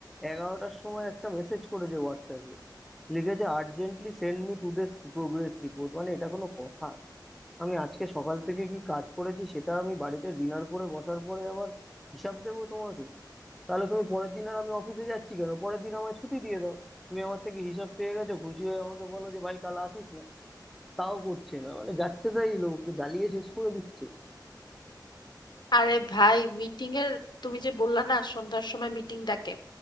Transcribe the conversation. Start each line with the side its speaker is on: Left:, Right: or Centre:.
Centre: এগারোটার সময় একটা মেসেজ করেছে হোয়াটসঅ্যাপে লিখেছে urgently send me to this progress report মানে এটা কোনো কথা আমি আজকে সকাল থেকে কি কাজ করেছি সেটা আমি বাড়িতে ডিনার করে বসার পরে আবার হিসাব দেবো তোমাকে তাহলে তুমি পরের দিন আর আমি অফিসে যাচ্ছি কেন পরের দিন আমায় ছুটি দিয়ে দাও তুমি আমার থেকে হিসাব পেয়ে গেছো খুশি হয়ে আমাকে বলো যে ভাই কাল আসিস না তাও করছে না মানে যাচ্ছে তাই লোক জ্বালিয়ে শেষ করে দিচ্ছে
Left: আরে ভাই মিটিং এর তুমি যে বললা না সন্ধ্যার সময় মিটিং ডাকে